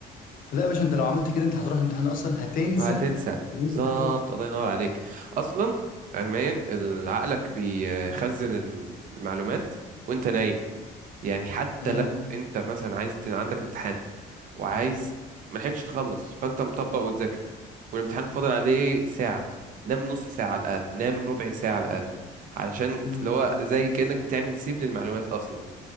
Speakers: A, on the left; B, on the right.
A: لا يا باشا أنت لو عملت كده أنت هتروح الامتحان أصلا هتنسى
B: وهتنسى
A: اللي أنت
B: بالظبط
A: ذاكرته
B: الله ينور عليك أصلا علميا عقلك بيخزن المعلومات وانت نايم يعني حتى
A: امم
B: لو انت مثلا عايز ت- عندك امتحان وعايز ما لحقتش تخلص فانت مطبق وتذاكر والامتحان فاضل عليه ساعة نام نص ساعة على الأقل نام ربع ساعة على الأقل علشان
A: امم
B: اللي هو زي كأنك بتعمل سيف للمعلومات أصلا